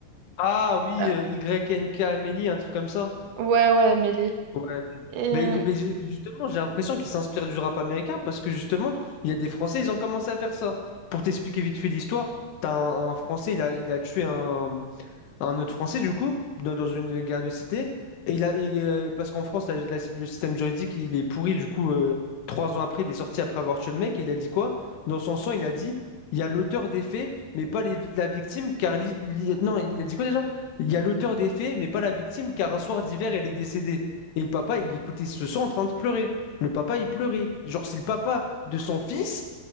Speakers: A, on the left; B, on the right.
A: Ah oui,
B: Euh,
A: euh, YNK Amélie, un truc comme ça.
B: ouais, ouais, Mélie.
A: Ouais.
B: Et...
A: Mais, mais j'ai- justement, j'ai l'impression qu'ils s'inspirent du rap américain parce que justement, il y a des Français, ils ont commencé à faire ça. Pour t'expliquer vite fait l'histoire, t'as un, un Français, il a, il a tué un, un autre Français, du coup, dans, dans une guerre de cité. Et il a, et, euh, parce qu'en France, la- la- le système juridique, il est pourri. Du coup, euh, trois ans après, il est sorti après avoir tué le mec. Et il a dit quoi? Dans son sang, il a dit, il y a l'auteur des faits, mais pas les vi- la victime, car... li- li- non, il a dit quoi déjà? Il y a l'auteur des faits, mais pas la victime, car un soir d'hiver, elle est décédée. Et le papa, il écoutait ce sang en train de pleurer. Le papa, il pleurait. Genre, c'est le papa de son fils.